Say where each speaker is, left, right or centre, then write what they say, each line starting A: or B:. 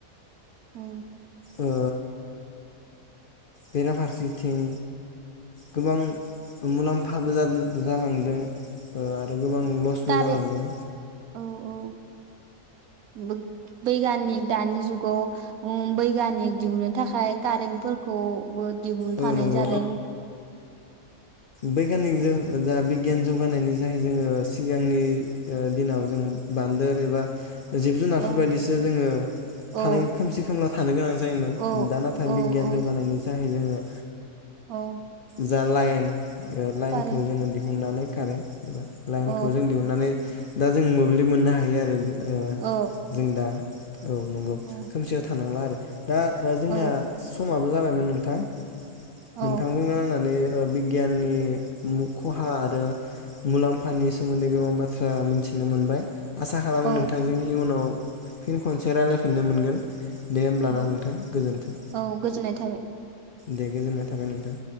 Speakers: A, on the right (about 80°); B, on the left (about 60°).
A: औ।
B: ओ बेरफारसेथिं गोबां मुलाम फाबो जाद-जालांदों आरो ओ गोबां लसबो
A: कारे
B: जालांदों।
A: औ। औ। बैग-बैगानिक दानि जुगाव बैगानिक दिहुननो थाखाय कारेन्टफोरखौ बो दिहुनफानाय
B: नंगौ औ नंगौ
A: जादों
B: बैगानिकजों जा बिगियान जौगानायनि जाहै जोंङो सिगांनि ओ दिनाव जों बान <unintelligible> जिब जुनारफोर
A: औ
B: बायदिसो जोंङो थानो
A: औ
B: खोमसि खोमला थानो गोनां जायोमोन
A: औ
B: दा नाथाय
A: औ
B: बिगियान
A: औ
B: जौगानायनि थाखाय जोंङो
A: औ।
B: जा लाइन ओ लाइनखौ
A: कारेन्ट
B: जोंङो दिहुननानै कारेन्ट लाइनखौ
A: औ
B: जों दिहुननानै दा जों मोब्लिब मोननो हायो आरो ओ
A: औ
B: जों दा औ नंगौ
A: औ
B: खोमसियाव थानांला आरो दा ओ जोंनिया
A: औ
B: समाबो जाबायमोन नों थां
A: औ
B: नोंथांजों रायलायनानै ओ बि गियाननि मु खहा आरो मुलाम्फानि सोमोन्दै गोबां बाथ्रा मिन्थिनो मोनबाय। आसा खालामो
A: औ
B: नोंथांजों इयुनाव फिन खनसे रायलायफिननो मोनगोन दे होमब्लाना
A: अ
B: नोंथां गोजोन्थों
A: औ गोजोननाय थाबाय।
B: दे गोजोननाय थाबाय नोंथां।